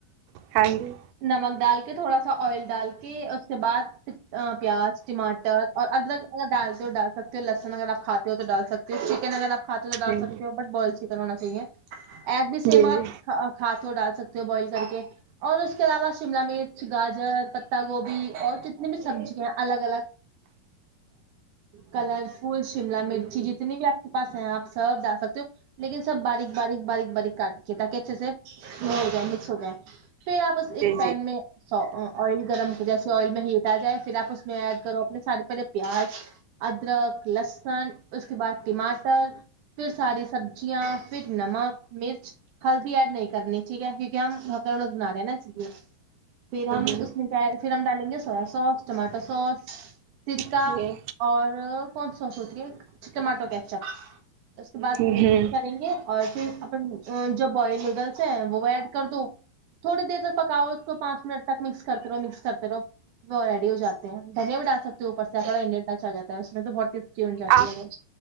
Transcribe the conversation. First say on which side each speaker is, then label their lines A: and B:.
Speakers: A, on the right; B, on the right.
A: ہاں جی
B: نمک ڈال کے تھوڑا سا آئل ڈال کے اس کے بعد <unintelligible> ا پیاز <unintelligible> ٹماٹر اور ادرک اگر ڈالتے ہو ڈال سکتے ہو لسن اگر آپ کھاتے ہو تو ڈال سکتے ہو چکن اگر آپ <unintelligible> ہاتھ تو ڈال
A: جی
B: سکتے ہو بوائل اھی کر ہونااہے <unintelligible> ایک بھی سیم
A: جی
B: آپ کاتو ڈال سک <unintelligible> بوائل کر کے اور <unintelligible> آواز سیملہ مچ <unintelligible> گاجر پتہ گوبھی اور جتنی بھی سبزی ہیں الگ الگ <unintelligible> کلر فل شملہ مرچی جتنی بھی آپ کے پاس ہے آپ سب ڈال سکتے ہو لیکن سب باریک باریک باریک باریک کاٹ کے تاکہ اچھے سے وہ ہو جائے مکس ہو جائے <unintelligible> پھر آپ اس ایک
A: جی
B: پین میں س <unintelligible> آئل گرم کر جیسے آئل میں ہیٹ آ جائے پھر آ اس میں ایڈ کرو اپنے سارے پہلے پیاز ادرک لسن اس کے بعد ٹماٹر پھر ساری سبزیاں پھر نمک مرچ ہلدی ایڈ نہیں کرنی ٹھیک ہے کیونکہ ہم ب بنا رہے ہیں نا اسے پھر
A: جی
B: ہم
A: جی
B: اس نے کیا <unintelligible> پھر ہم ڈالیں گے سویا ساس ٹماٹر سوس سرکا
A: جی
B: اور کون سوس ہوتی ہے ٹماٹو کیچپ اس کے بعد
A: ہ
B: مکس
A: ہ ہ
B: کریں گے <unintelligible> اور پھر اپ جو بوائل نوڈلس ہیں وہ ایڈ کر دو تھوڑی دیر تک پکاؤ اس کو پانچ منٹ تک مکس کرتے رہو مکس کرتے رہو وہ ریڈی ہو جاتے ہیں دھگ میں بھی ڈال سکتی ہیںوںوپر سےیاسڑا انڈین ڈانچا جاتا ہے میں تو بہتٹسٹی ہو جاتی
A: آپ
B: ہے وہ